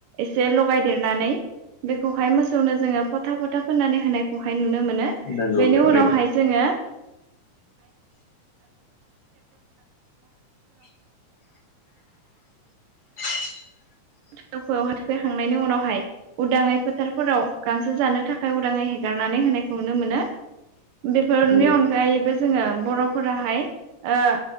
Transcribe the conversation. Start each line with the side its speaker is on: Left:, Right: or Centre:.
Right: एसे लगायदेरनानै बेखौहाय मोसौनो जोङो फोथा फोथा फुननानै होनायखौहाय नुनो मोनो।
Left: नंगौ
Right: बेनि
Left: थारैनो
Right: उनावहाय जोङो
Left: <inaudible> <inaudible>
Right: मोसौखौ थुखैखांनायनि उनावहाय उदाङै फोथारफोराव गांसो जानो थाखाय उदाङै हेगारनानै होनायखौ नुनो मोनो। बेफोरनि
Left: नंगौ
Right: अनगायैबो जोङो बर'फोराहाय ओ